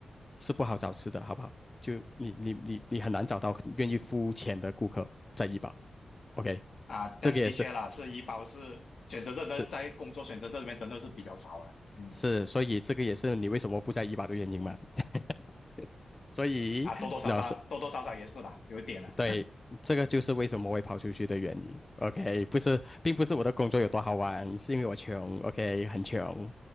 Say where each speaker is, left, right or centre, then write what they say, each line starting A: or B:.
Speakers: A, on the left (about 30°); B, on the left (about 70°).
A: 是不好找吃的，好不好？就你你你你很难找到愿意付钱的顾客在怡保，OK，
B: 啊，
A: 这个也是
B: 但的确啦，是医保是选择这的在工作选择这里面真的是比较少了，
A: 是
B: 嗯，
A: 是，所以这个也是你为什么不在怡保的原因嘛。<laughs> 所以，
B: 啊，多多少少多多少少也是啦，
A: 那是
B: 有一点了。
A: 对，这个就是为什么会跑出去的原因。OK，不是，并不是我的工作有多好玩，是因为我穷。OK，很穷。